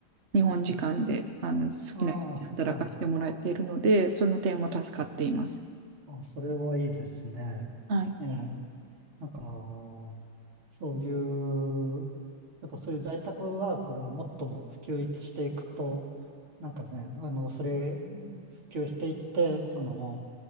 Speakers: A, on the right; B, on the right.
A: 日本時間であの好きなように働かせてもらっているので、
B: ああ、はい、
A: その点は助かっています。
B: あ、それはいいですね。
A: はい。
B: ええ、なんか、そういう、やっぱそういう在宅ワークがもっと普及していくと、なんかね、あの、それ、普及していって、その、